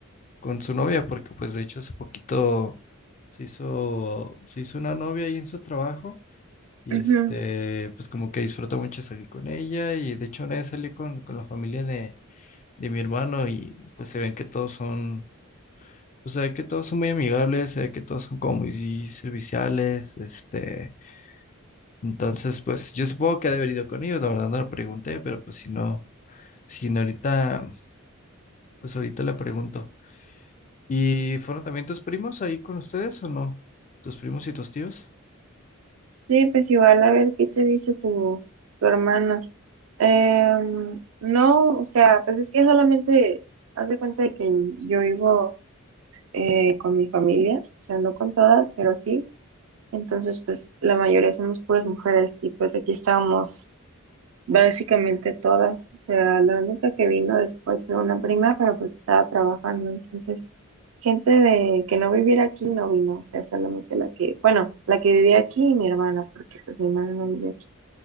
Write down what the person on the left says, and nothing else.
con su novia, porque pues de hecho hace poquito se hizo, se hizo una novia ahí en su trabajo y
este, pues como que disfruta mucho salir con ella y de hecho una vez salí con, con la familia de, de mi hermano y pues se ven que todos son, o sea, que todos son muy amigables, se ve que todos son como muy serviciales, este, entonces pues yo supongo que ha de haber ido con ellos, la verdad no le pregunté, pero pues si no, si no ahorita, pues ahorita le pregunto. ¿Y fueron también tus primos ahí con ustedes o no? ¿Tus primos y tus tíos?